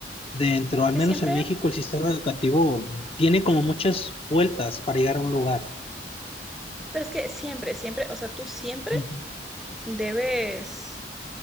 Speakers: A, on the left; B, in the centre.
A: Dentro, al
B: Que
A: menos
B: siempre,
A: en México, el sistema educativo tiene como muchas vueltas para llegar a un lugar.
B: pero es que siempre, siempre, o sea, tú siempre
A: Ujú.
B: debes,